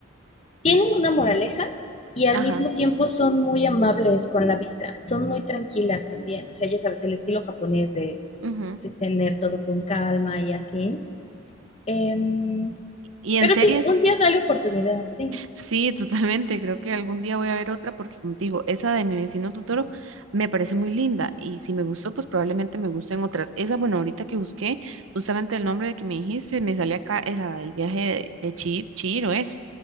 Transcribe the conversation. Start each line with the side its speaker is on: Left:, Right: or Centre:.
Left: tienen una moraleja y al
Right: ajá.
Left: mismo tiempo son muy amables con la vista. Son muy tranquilas también. O sea, ya sabes, el estilo japonés de,
Right: ujú.
Left: de tener todo con calma y así. Em,
Right: Y en
Left: pero
Right: series,
Left: sí, un día dale oportunidad, sí.
Right: Sí, totalmente. Creo que algún día voy a ver otra porque, como te digo, esa de mi vecino Totoro me parece muy linda y si me gustó, pues probablemente me gusten otras. Esa, bueno, ahorita que busqué, justamente el nombre de que me dijiste, me sale acá, esa, del viaje de, Chir, Chihiro es.